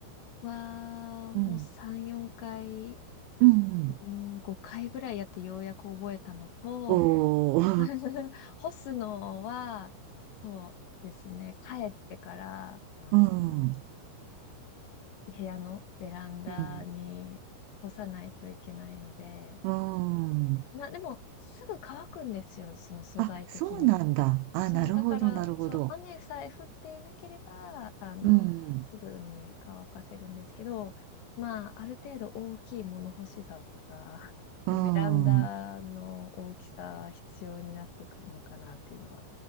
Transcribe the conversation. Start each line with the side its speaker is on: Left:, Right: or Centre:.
Left: は、もう3、
Right: うん。
Left: 4回、
Right: うんうん。
Left: うん、5回ぐらいやってようやく覚えたのと、
Right: おー、
Left: <laughs> 干すのは、そうですね。帰ってから、
Right: <laughs>
Left: あの、
Right: うん、う
Left: 部屋のベランダに干さないといけないので、
Right: ん、うーん。
Left: まあでも、すぐ乾くんですよ、その素材的に。
Right: あ、そうなんだ。あ、
Left: そう、
Right: なるほど、
Left: だから、
Right: なるほど。
Left: そう、雨さえ降っていなければ、あの、
Right: うん、
Left: すぐに乾かせるんですけど、まあ、ある程度大きい物干し竿とか、
Right: うん。
Left: <laughs> ベランダの大きさは必要になってくるのかなっていうのは